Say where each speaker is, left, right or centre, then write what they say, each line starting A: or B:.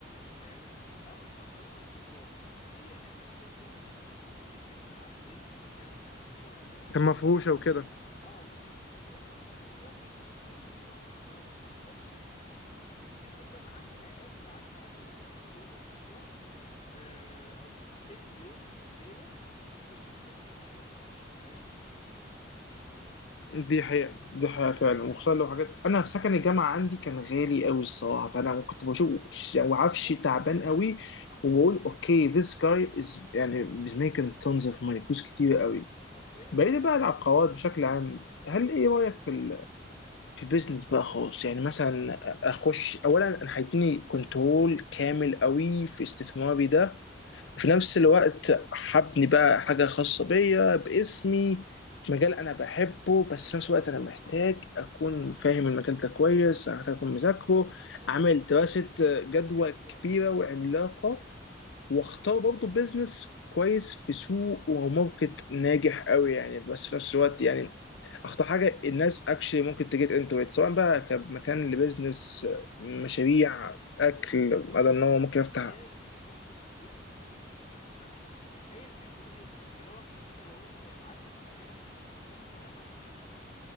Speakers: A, on the left (about 35°); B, on the left (about 70°).
A: فاهمني او هتأجرها لطلاب هي الحاجتين دول بتجيب فلوس كتير جدا عارف ليه يعني مثلا الشقق اللي انت بتأجرها
B: كان مفروشة وكده
A: اه اللي انت بتأجرها كمصيف الشقة مفروض طبعا بتأجرها كمصيف دي بتجيب فلوس كتير جدا على الأقل على الأقل مثلا ممكن تجيب لك في الشهر آه، قصدي في اليوم الليلة ممكن تجيب لك مش آه، مش أقل مثلا من 500 جنيه مثلا
B: دي حقيقة
A: فاهم
B: دي حقيقة
A: فانت
B: فعلا
A: اللي
B: وخصوصا لو
A: هو
B: حاجات أنا في سكن الجامعة عندي كان غالي أوي الصراحة فأنا كنت بشوف يعني
A: بالظبط
B: عفش تعبان أوي
A: بالظبط
B: وبقول أوكي this guy is يعني is making tons of money فلوس كتير أوي
A: حرفيا
B: بعيد
A: اه
B: بقى
A: انت
B: عن العقارات بشكل عام هل إيه رأيك في في البيزنس بقى خالص يعني مثلا اخش اولا انا هيديني كنترول كامل قوي في استثماري ده في نفس الوقت هبني بقى حاجه خاصه بيا باسمي
A: مهم، مهم،
B: مجال انا بحبه بس
A: مهم.
B: في نفس الوقت انا محتاج اكون فاهم المجال ده كويس محتاج اكون مذاكره
A: محتاج
B: اعمل
A: بالظبط
B: دراسه جدوى
A: جدوى
B: كبيره وعملاقه
A: امم امم
B: واختار برضه بيزنس كويس في سوق وماركت ناجح قوي يعني بس في نفس الوقت يعني اخطر حاجه الناس اكشلي ممكن تجيت انتو ات سواء بقى كمكان
A: ها
B: لبزنس
A: ها
B: مشاريع اكل
A: بالظبط
B: انا
A: انت
B: ان هو ممكن
A: محتاج
B: افتح
A: تخش في سوق فيه فيه ترافيك ايا كان هو ايه اللي هو حتى لو انت يا معلم ما نجحتش انت هتاخد هتاخد حتى من التورته